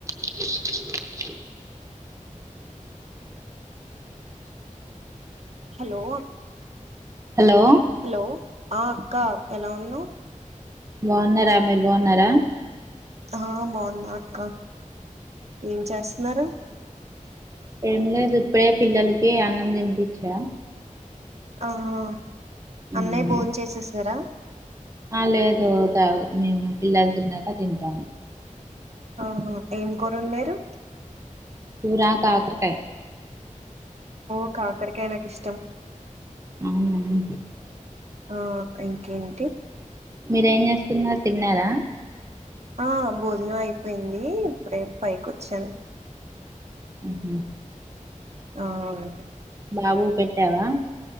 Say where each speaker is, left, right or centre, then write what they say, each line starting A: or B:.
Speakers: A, on the right (about 25°); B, on the right (about 55°).
A: శష్ <inaudible>
B: hello
A: hello
B: hello ఆ అక్క ఎలా ఉన్నావు
A: బాగున్నారా మీరు బాగున్నారా
B: ఆ బాగున్నా అక్క ఏం చేస్తున్నారు
A: ఏం లేదు ఇప్పుడే పిల్లలకి అన్నం తినిపించా
B: ఆ ఆ
A: ఉమ్
B: అన్నయ్య భోన్ చేసేసారా
A: ఆ లేదు ఒక మేము పిల్లలు తిన్నాక తింటాము
B: ఆహా ఏం కోర అండరు
A: కూరా కాకరకాయి
B: ఓ కాకరికయి నాకు ఇష్టం
A: అవునా
B: ఆ ఇంకేంటి
A: మీరేం చేస్తున్నారు తిన్నారా
B: ఆ భోజనం అయిపోయింది ఇప్పుడే పైకి వచ్చాను
A: ఉహు
B: ఆ
A: బాబుకూ పెట్టావా